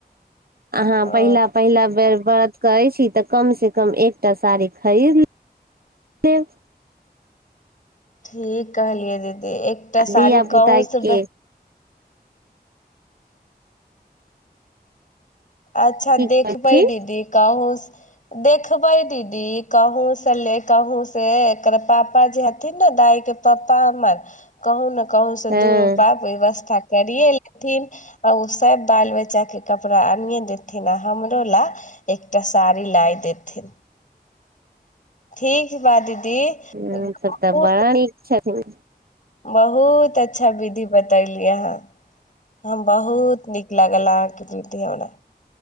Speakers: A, on the right; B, on the left.
A: अहाँ पहिला
B: ओ
A: पहिला बेर बर करै छी तऽ कमसँ कम एकटा साड़ी खरीद ल लेब
B: ठीक कहलियै दीदी एकटा
A: आ
B: साड़ी
A: धिया
B: कहूँ
A: पुता
B: से
A: के
B: अच्छा
A: की
B: देखबै
A: कहै छी
B: दीदी कहु देखबै दीदी कहुं से ले कहु से एकर पापा जी हथिन ने दाय के पप्पा हमर कहूँ ने कहुं से
A: हँ
B: दू रूपाय व्यवस्था करियए लेथिन आ ओ सब बाल बच्चा के कपड़ा आनिये देथिन आ हमरोला एकटा साड़ी लाइ देथिन ठीक बा दीदी
A: ह्म‌
B: बहुत
A: तब त बड़ा नीक छथि हँ
B: बहुत अच्छा विधि बतैली अहाँ हम बहुत नीक लागल अहाँके प्रति हमरा